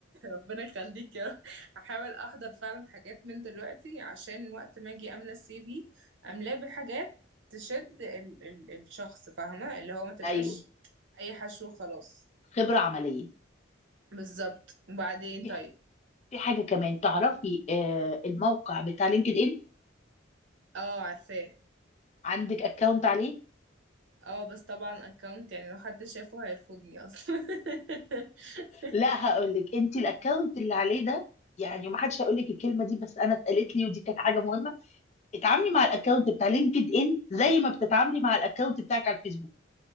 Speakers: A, on the right; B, on the left.
A: ربنا يخليك يا رب هحاول احضر فعلا حاجات من دلوقتي عشان وقت ما اجي املى السي في املاه بحاجات تشد ال ال الشخص فاهمه اللي هو ما تبقاش
B: ايوه
A: اي حشو خلاص
B: خبره عمليه
A: بالظبط وبعدين
B: في
A: طيب
B: في حاجه كمان تعرفي آه الموقع بتاع لينكد ان
A: اه عارفاه
B: عندك اكونت عليه
A: اه بس طبعا اكونت يعني لو حد شافه هيرفضني اصلا <laughs>
B: لا هقول لك انت الاكونت اللي عليه ده يعني ما حدش هيقول لك الكلمه دي بس انا اتقالت لي ودي كانت حاجه مهمه اتعاملي مع الاكونت بتاع لينكد ان زي ما بتتعاملي مع الاكونت بتاعك على الفيسبوك